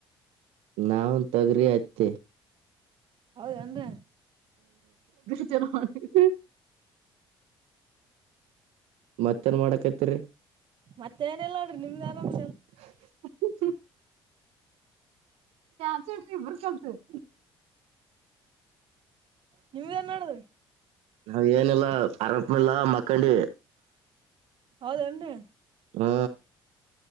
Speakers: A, on the right; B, on the right.
A: ನಾವನ್ ತಗ್ರಿ ಆಯ್ತೆ
B: ಹೌದನ
A: ಚನ <unintelligible> ಮತ್ತೇನ್ ಮಾಡಕೈತಿರಿ
B: ಮತ್ತೆ ಏನಲ್ಲ ನೋಡ್ರಿ ನಿಮ್ದ್ ಆರಾಮ್
A: <unintelligible> <unintelligible>
B: ನೀವು ಏನ್ ಮಾಡಡದ್ರಿ
A: ನಾವ ಏನಿಲ್ಲ ಅರಸಲ್ಲ ಮಕ್ಕಂಡಿ
B: ಹೌದೇನ್ರಿ
A: ಹಾ..